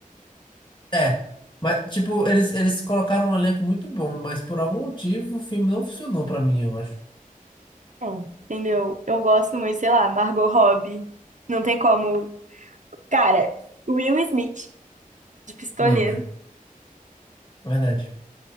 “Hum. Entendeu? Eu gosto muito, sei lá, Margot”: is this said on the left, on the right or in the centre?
Right